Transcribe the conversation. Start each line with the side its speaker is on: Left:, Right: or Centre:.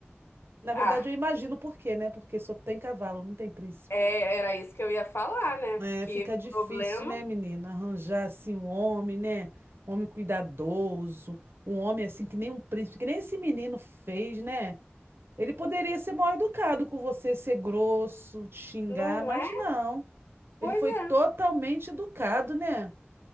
Right: Na
Left: Ah,
Right: verdade, eu imagino por quê, né? Porque só tem cavalo, não tem príncipe.
Left: é, era isso que eu ia falar, né?
Right: É,
Left: Que
Right: fica
Left: o
Right: difícil,
Left: problema
Right: né, menina? Arranjar assim um homem, né? Um homem cuidadoso, um homem assim que nem um príncipe, que nem esse menino fez, né? Ele poderia ser mal educado com você, ser grosso, te xingar,
Left: não
Right: mas
Left: é.
Right: não. Ele
Left: Pois
Right: foi totalmente
Left: é.
Right: educado, né?